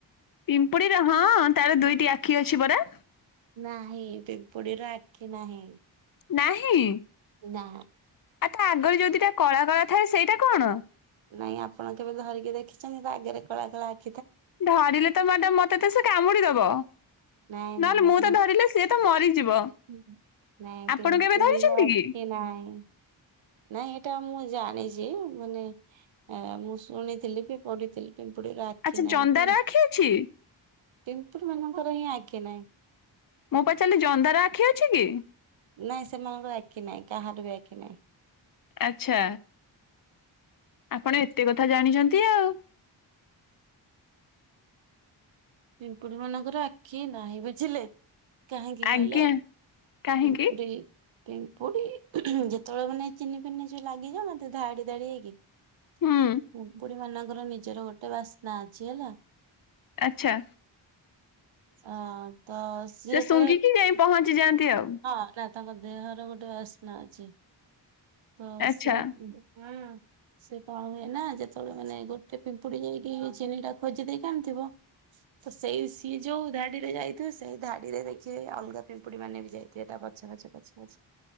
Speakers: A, on the left (about 45°); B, on the right (about 70°).
A: ପିମ୍ପୁଡିର ହଁ ତାର ଦୁଇଟି ଆଖି ଅଛି ପରା।
B: ନାହିଁ ପିମ୍ପୁଡ଼ି ର ଆଖି ନାହିଁ।
A: ନାହିଁ।
B: ନା।
A: ଆଉ ତା ଆଗରେ ଯୋଉ ଦି ଟା କଳା କଳା ଥାଏ ସେଇଟା କଣ?
B: ନାଇଁ ଆପଣ କେବେ ଧରିକି ଦେଖିଛନ୍ତି ତା ଆଗରେ କଳା କଳା ଆ -
A: ଧରିଲେ ତ ମାଡମ୍ ମତେ ତ ସେ କାମୁଡିଦବ।
B: ନାଇଁ
A: ନହେଲେ
B: ନାଇଁ
A: ମୁଁ ତ ଧରିଲେ ସିଏ ତ ମରିଯିବ।
B: ହୁଁ। ନାଇଁ
A: ଆପଣ
B: ପିମ୍ପୁଡି
A: କେବେ ଧରିଛନ୍ତି
B: ର ଆଖି
A: କି?
B: ନହିଁ। ନାଇଁ ଏଇଟା ମୁଁ ଜାଣିଛି ମାନେ ମୁଁ ଶୁଣିଥିଲି ବି ପଢ଼ିଥିଲି। ପିମ୍ପୁଡି଼ ର ଆଖି
A: ଆଚ୍ଛା
B: ନାହିଁ
A: ଜନ୍ଦାର
B: ବି
A: ଆଖି ଅଛି
B: ପିମ୍ପୁଡ଼ି ମାନଙ୍କର ହିଁ ଆଖି ନାହିଁ।
A: ମୁ ପଚାରିଲି ଜନ୍ଦାର ଆଖି ଅଛି କି?
B: ନାଇଁ ସେମାନଙ୍କର ଆଖି ନାହିଁ କାହାର ବି ଆଖି ନାହିଁ।
A: ଆଚ୍ଛା। ଆପଣ ଏତେ କଥା ଜାଣିଛନ୍ତି ଆଉ-
B: ପିମ୍ପୁଡି଼ ମାନଙ୍କର ଆଖି ନାହିଁ ବୁଝିଲେ। କାହିଁକି କହିଲେ
A: ଆଜ୍ଞା
B: <unintelligible>
A: କାହିଁକି?
B: ପିମ୍ପୁଡି଼ ଯେତେବେଳେ ମାନେ ଚିନି ଫିନି ଯୋଉ ଲାଗିଗଲେ ଧାଡ଼ି ଧାଡ଼ି ହେଇକି ପିମ୍ପୁଡ଼ି
A: ହୁଁ
B: ମାନଙ୍କର ନିଜର ଗୋଟେ ବାସ୍ନା ଅଛି ହେଲା।
A: ଆଚ୍ଛା।
B: ଅ ତ ସିଏ
A: ସେ
B: ଯେତେବେଳେ
A: ଶୁଙ୍ଘିକି ଯାଇ ପହଞ୍ଚି ଯାଆନ୍ତି ଆଉ
B: ହଁ ନା ତାଙ୍କ ଦେହର ଗୋଟେ ବାସ୍ନା ଅଛି ତ
A: ଆଚ୍ଛା।
B: ସେ ହୁଁ ସେ କଣ ହୁଏ ନା ଯେତେବେଳେ ମାନେ ଗୋଟେ ପିମ୍ପୁଡ଼ି ଯାଇକି ଚିନି ଟା ଖୋଜି ଦେଇକି ଆଣିଥିବ। ତ ସେଇ ସିଏ ଯୋଉ ଧାଡ଼ିରେ ଯାଇଥିବ ସେଇ ଧାଡ଼ିରେ ଦେଖିେବେ ଅଲଗା ପିମ୍ପୁଡି ମାନେ <unintelligible> <unintelligible> ପଛେ ପଛେ ପଛେ ପଛେ।